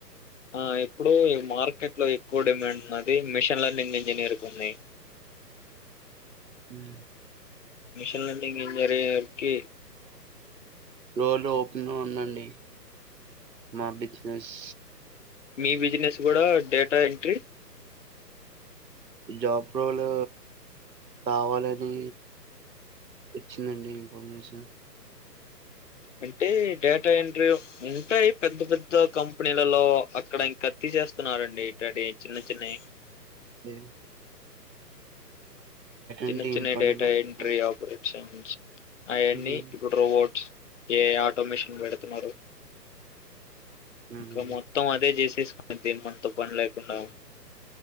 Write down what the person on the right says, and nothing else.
హ
రోలు ఓపెన్లో ఉందండి మా బిజినెస్
జాబ్ రోలు కావాలని వచ్చిందండి ఇన్ఫర్మేషన్
ఇ
ఎంట్రీ
ఇంపార్టెంట్
అంటున్నారు
ఉమ్,
ఉమ్,